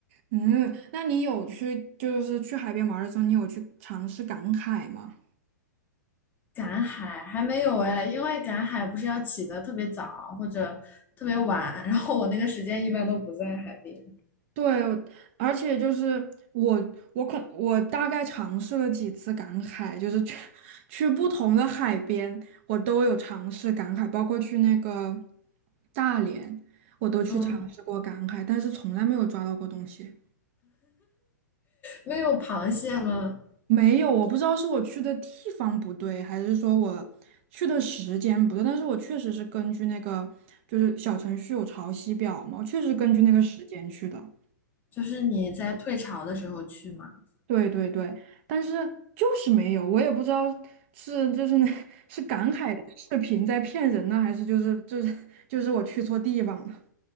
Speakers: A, on the right; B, on the left.
A: 嗯，那你有去就是去海边玩的时候，你有去尝试赶海吗？
B: 赶海还没有哎，因为赶海不是要起得特别早或者特别晚，然后我那个时间一般都不在海边。
A: 对，而且就是我，我可我大概尝试了几次赶海，就是去去不同的海边，我都有尝试赶海，包括去那个大连，我都去尝试过赶海，
B: 嗯，
A: 但是从来没有抓到过东西。
B: 没有螃蟹吗？
A: 没有，我不知道是我去的地方不对，还是说我去的时间不对，但是我确实是根据那个就是小程序有潮汐表嘛，我确实根据那个时间去的。
B: 就是你在退潮的时候去嘛，
A: 对对对，但是就是没有，我也不知道是就是那 <laughs> 是赶海的视频在骗人呢，还是就是就是就是我去错地方了，